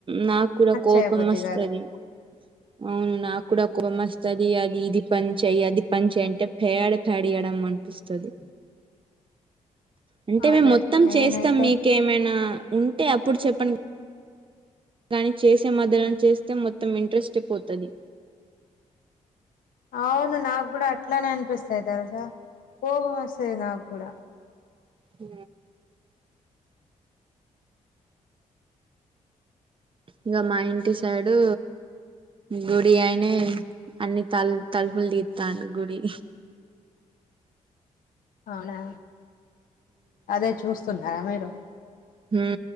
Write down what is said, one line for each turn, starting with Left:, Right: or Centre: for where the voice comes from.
Right: నాకు కూడా కోపం
Left: చేయబుద్ది
Right: వస్తది
Left: కాదు
Right: అవును నాకు కూడా కోప మస్తది అది ఇది పని చెయి అది పని చెయి అంటే పెయిడ్ టడియడం అనిపిస్తది అంటే
Left: అదే
Right: మేము మొత్తం
Left: నేనైతే
Right: చేస్తాం మీకేమైనా ఉంటే అప్పుడు చెప్పని కానీ చేసే మద్దలన చేస్తే మొత్తం ఇంట్రెస్ట్ టె పోతది
Left: అవును నాకు కూడా అట్లానే అనిపిస్తాయి తెలుసా కోపం వస్తది నాకు కూడా
Right: అ ఇంగా మా ఇంటి సైడు గుడి అయినే అన్ని తలు తలుపులు తితండు గుడి
Left: అవునా అదే చూస్తున్నారా మేడం
Right: హు